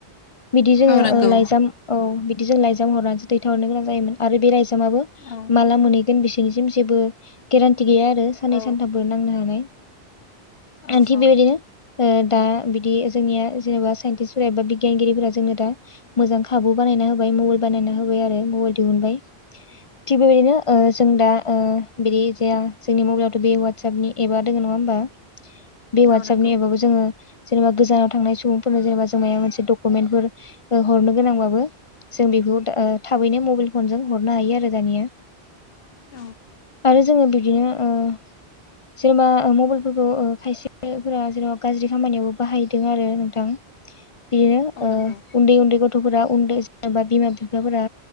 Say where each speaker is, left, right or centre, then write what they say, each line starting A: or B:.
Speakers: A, on the left; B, on the left.
A: बिदि जोङो
B: औ नंगौ
A: ओ लाइजाम औ बिद दि जों लाइजाम हरनानैसो दैथार हरनो गोनां जायोमोन आरो बे लाइजामाबो
B: औ
A: माला मोनै गोन बिसनिसिम जेबो गेरेथि गैया आरो साननै
B: औ
A: सानथामबो नांनो हा नाय।
B: औ
A: आं थिग बेबायदिनो ओ दा बिदि जोंनिया जेनेबा साइन्टिस्टफोरा एबा बिगियानगिरिफोरा जोंनो दा मोजां खाबु बानाय ना‌ होबाय मबेल बानायना होबाय आरो मबेल दिहुनबाय। थिख बेबायदिनो ओ जों दा ओ बिदि जाया जोंनि मबाइलथ' बे वाटसापनि एबा दङ नङा होमबा बे वाटसापनि
B: औ नंगौ
A: एपावबो जोङो जेनेबा गोजानाव थांनाय सम फोरनो जेनेबा जों माया मोनसे डकुमेन्टफोर ओ हरनो गोनांबाबो जों बेखौ दा ओ थाबैनो मबाइल फनजों हरनो हायो आरो दानिया
B: औ
A: आरो जोङो बिदिनो ओ जेनेबा मबाइलफोरखौ खायसेफोरा जेनेबा गाज्रि खामानियावबो बाहायदों आरो नोंथां बिदिनो
B: औ
A: ओ
B: नंगौ
A: उन्दै उन्दै गथ'फोरा उन्दै जेनेबा बिमा बिफाफोरा